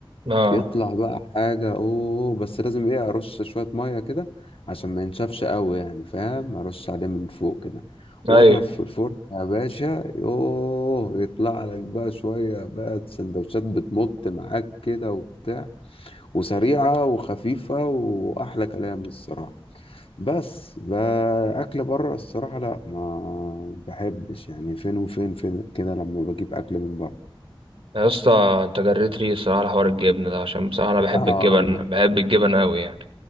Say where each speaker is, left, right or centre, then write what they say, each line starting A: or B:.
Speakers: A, on the right; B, on the left.
A: اه
B: يطلع بقى حاجة اوه بس لازم ايه ارش شوية مية كده عشان ما ينشفش قوي يعني فاهم ارش عليه من فوق كده واضرب
A: ايوه
B: في الفرن يا باشا يوه يطلع لك بقى شوية بقى سندوتشات بتمط معاك كده وبتاع وسريعة وخفيفة واحلى كلام الصراحة بس بقى اكل بره الصراحة لا ما بحبش يعني فين وفين فين كده لما بجيب اكل من بره
A: يا اسطى انت جريت ري الصراحه على حوار الجبنه ده عشان بصراحه انا بحب
B: اه
A: الجبن بحب الجبن قوي يعني